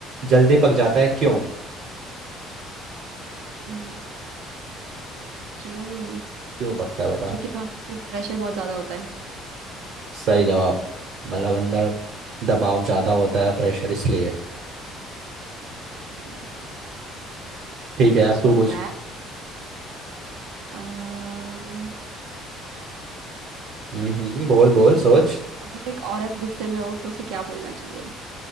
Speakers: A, on the right (about 50°); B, on the right (about 80°).
A: जल्दी पक जाता है क्यों
B: हम्म, क्यों
A: क्यों पकता है बता
B: क्योंकि वहाँ पे प्रेशर बहुत ज्यादा होता है
A: सही जवाब मतलब अंदर दबाव ज़्यादा होता है प्रेशर इसलिए
B: हम्म,
A: ठीक है अब
B: ठीक
A: तू पूछ
B: है अम्म,
A: हम्म हम्म, बोल बोल सोच
B: अगर एक औरत गुस्से में हो तो उसे क्या बोलना चाहिए